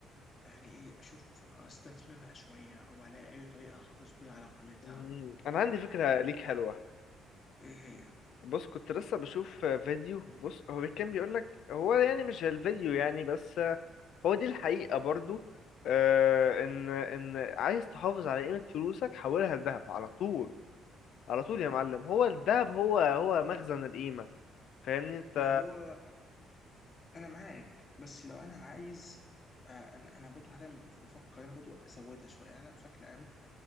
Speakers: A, on the left; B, on the left.
A: يعني ايه اشوف استثمرها شويه او الاقي اي طريقه احافظ بيها على قيمتها
B: مم. انا عندي فكرة
A: و-
B: ليك حلوة
A: ايه هي
B: بص كنت لسه بشوف فيديو بص هو كان بيقول لك هو يعني مش الفيديو يعني بس هو دي الحقيقة برضو آه ان ان عايز تحافظ على قيمة فلوسك حولها لذهب على طول على طول يا معلم هو الذهب هو هو مخزن القيمة فاهمني انت
A: ما هو انا معاك بس لو انا عايز آه، انا انا برضه حاليا مش بفكر انا برضه ازودها شويه يعني انا بشكل عام